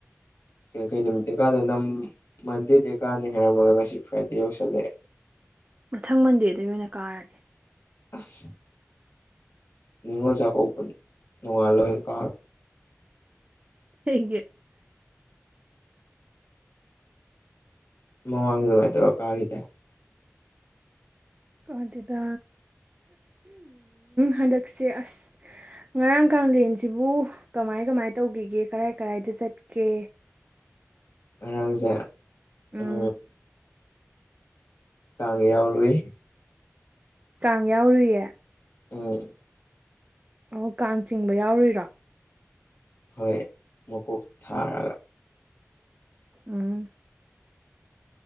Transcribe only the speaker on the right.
ꯃꯊꯪ ꯃꯟꯗꯦꯗꯩ ꯑꯣꯏꯅ ꯀꯥꯔꯒꯦ
ꯇꯦꯡꯒꯦ
ꯀꯥꯗꯦꯗ ꯍꯟꯗꯛꯁꯦ ꯑꯁ ꯉꯔꯥꯡ ꯀꯂꯦꯟꯁꯤꯕꯨ ꯀꯃꯥꯏ ꯀꯃꯥꯏ ꯇꯧꯈꯤꯒꯦ ꯀꯔꯥꯏ ꯀꯔꯥꯏꯗ ꯆꯠꯀꯦ
ꯎꯝ
ꯆꯥꯡ ꯌꯥꯎꯔꯨꯏꯌꯦ
ꯑꯣ ꯀꯥꯡ ꯆꯤꯡꯕ ꯌꯥꯎꯔꯨꯏꯔꯣ
ꯎꯝ